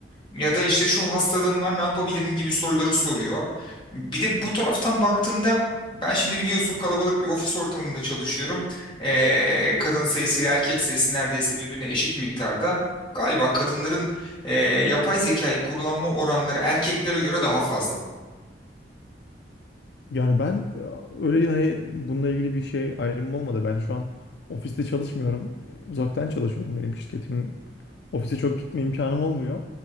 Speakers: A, on the left; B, on the left.
A: Ya da işte şu hastalığım var ne yapabilirim gibi soruları soruyor. Bir de bu taraftan baktığında ben şimdi biliyorsun kalabalık bir ofis ortamında çalışıyorum. Ee, kadın sayısı ile erkek sayısı neredeyse birbirine eşit miktarda. Galiba kadınların e, yapay zekayı kullanma oranları erkeklere göre daha fazla.
B: Yani ben e, öyle hani bununla ilgili bir şey ayrımım olmadı. Ben şu an ofiste çalışmıyorum. E, Uzaktan çalışıyorum. Benim şirketim ofise çok gitme imkanım olmuyor.